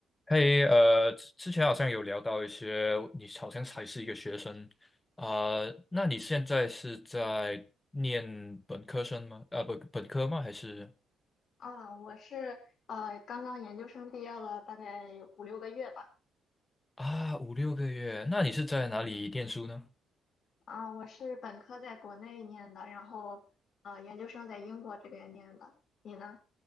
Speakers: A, on the left (about 20°); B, on the left (about 60°).
A: 嘿，呃，之之前好像有聊到一些，你好像还是一个学生啊，那你现在是在念本科生吗？啊，本本科吗？还是
B: 啊，我是呃刚刚研究生毕业了大概五六个月吧。
A: 啊，五六个月？那你是在哪里念书呢？
B: 啊，我是本科在国内念的，然后呃研究生在英国这边念的。你呢？